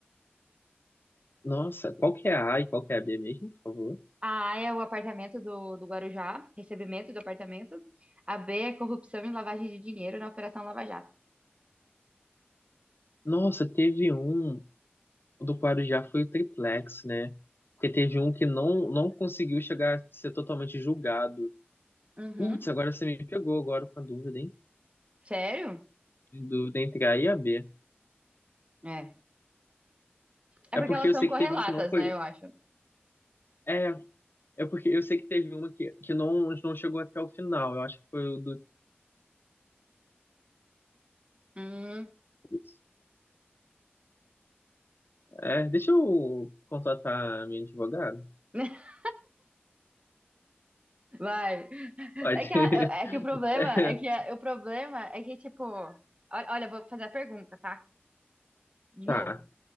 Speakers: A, on the left (about 60°); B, on the right (about 30°).
A: Nossa, qual que é a A e qual que é a B mesmo, por favor?
B: A A é o apartamento do, do Guarujá, recebimento do apartamento. A B é corrupção e lavagem de dinheiro na Operação Lava Jato.
A: Nossa, teve um do Guarujá foi o triplex, né? Porque teve um que não, não conseguiu chegar a ser totalmente julgado.
B: Uhum.
A: Putz, agora você me pegou agora com a dúvida, hein?
B: Sério?
A: Dúvida entre A e a B.
B: É. É
A: É
B: porque
A: porque
B: elas
A: eu
B: são
A: sei
B: correlatas,
A: que teve um que não foi.
B: né, eu acho.
A: É, é porque eu sei que teve uma que, que não, não chegou até o final. Eu acho que foi o do.
B: Hum,
A: putz, É, deixa eu contratar a minha advogada.
B: <laughs> vai.
A: Pode.
B: É que, ela, é que o problema
A: <laughs>
B: é que é, o problema é que, tipo, ol- olha, eu vou fazer a pergunta, tá? De
A: Tá.
B: novo.